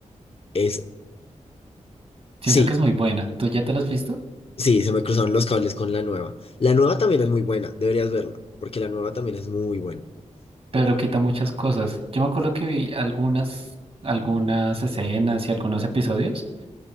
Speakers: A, on the left; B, on the right.
A: Es,
B: Siento
A: sí.
B: que es muy buena. ¿Tú ya te la has visto?
A: Sí, se me cruzaron los cables con la nueva. La nueva también es muy buena, deberías verla, porque la nueva también es muy buena.
B: Pero quita muchas cosas. Yo me acuerdo que vi algunas, algunas escenas y algunos episodios